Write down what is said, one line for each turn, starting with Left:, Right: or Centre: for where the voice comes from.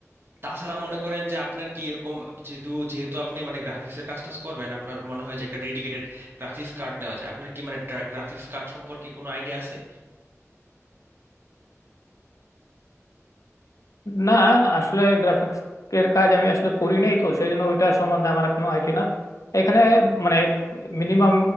Right: তাছাড়া মনে করেন যে আপনার কি এরকম যেহেতু যেহেতু আপনি মানে গ্রাফিক্সের কাজ টাজ করবেন আপনার মনে হয় যে একটা ডেডিকেটেড গ্রাফিক্স কার্ড নেওয়া যায় আপনার কি মানে গ্রাফিক্স কার্ড সম্পর্কে কোনো আইডিয়া আছে
Left: না আসলে গ্রাফিক্স এর কাজ আমি আসলে করি নাই তো সেই জন্য ওইটা সম্বন্ধে আমার এখনো আইডিয়া না এখানে মানে মিনিমাম